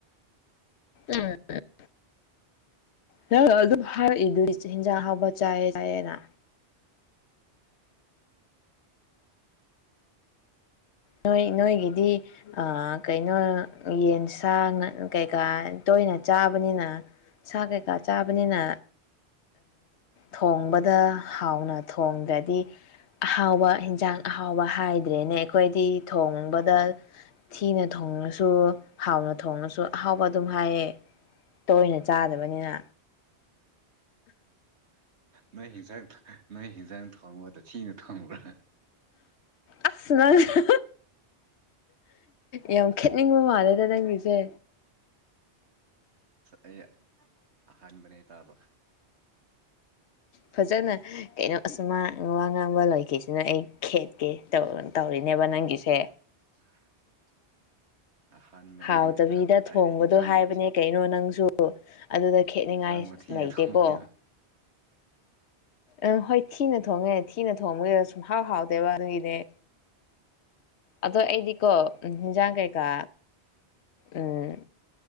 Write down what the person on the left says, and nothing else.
<unintelligible> ꯅꯪ ꯑꯗꯨꯝ ꯍꯥꯏꯔꯛꯏꯗꯨꯗꯤ ꯍꯤꯟꯖꯥꯡ ꯑꯍꯥꯎꯕ ꯆꯥꯏꯌꯦ ꯆꯥꯏꯌꯦꯅ ꯅꯣꯏ ꯅꯣꯏꯒꯤꯗꯤ ꯑꯥ ꯀꯩꯅꯣ ꯌꯦꯟꯁ ꯁꯥ ꯉꯥ ꯀꯩꯀꯥ ꯇꯣꯏꯅ ꯆꯥꯕꯅꯤꯅ ꯁꯥ ꯀꯩꯀꯥ ꯆꯥꯕꯅꯤꯅ ꯊꯣꯡꯕꯗ ꯍꯥꯎꯅ ꯊꯣꯡꯗꯗꯤ ꯑꯍꯥꯎꯕ ꯍꯤꯟꯖꯥꯡ ꯑꯍꯥꯎꯕ ꯍꯥꯏꯗ꯭ꯔꯦꯅꯦ ꯑꯩꯈꯣꯏꯗꯤ ꯊꯣꯡꯕꯗ ꯊꯤꯅ ꯊꯣꯡꯔꯁꯨ ꯍꯥꯎꯅ ꯊꯣꯡꯔꯁꯨ ꯑꯍꯥꯎꯕ ꯑꯗꯨꯝ ꯍꯥꯏꯌꯦ ꯇꯣꯏꯅ ꯆꯥꯗꯕꯅꯤꯅ
ꯑꯁ ꯅꯪꯁꯨ ꯌꯥꯝ ꯈꯦꯠꯅꯤꯡꯕ ꯃꯥꯜꯂꯦꯗ ꯅꯪꯒꯤꯁꯦ
ꯐꯖꯅ ꯀꯩꯅꯣ ꯑꯁ ꯃꯥ ꯋꯥ ꯉꯥꯡꯕ ꯂꯣꯏꯈꯤꯁ꯭ꯅꯨ ꯑꯩ ꯈꯦꯠꯀꯦ ꯇꯧꯑꯣꯅ ꯇꯧꯔꯤꯅꯦꯕ ꯅꯪꯒꯤꯁꯦ
ꯍꯥꯎꯇꯕꯤꯗ
ꯊꯣꯡꯕꯗꯣ
ꯍꯥꯏꯕꯅꯦ
ꯀꯩꯅꯣ ꯅꯪꯁꯨ ꯑꯗꯨꯗ ꯑꯗꯨꯗ‌ ꯈꯦꯠꯅꯤꯡꯉꯥꯏ
ꯂꯩꯇꯦꯀꯣ
ꯑꯪ ꯍꯣꯏ ꯊꯤꯅ ꯊꯣꯡꯉꯦ ꯊꯤꯅ ꯊꯣꯡꯕꯒꯤ ꯁꯨꯝ ꯍꯥꯎ ꯍꯥꯎꯇꯦꯕ ꯑꯗꯨꯒꯤꯅ‌ꯦ ꯑꯗꯣ ꯑꯩꯗꯤꯀꯣ ꯎꯝ ꯍꯤꯟꯖꯥꯡ ꯀꯩꯀꯥ ꯎꯝ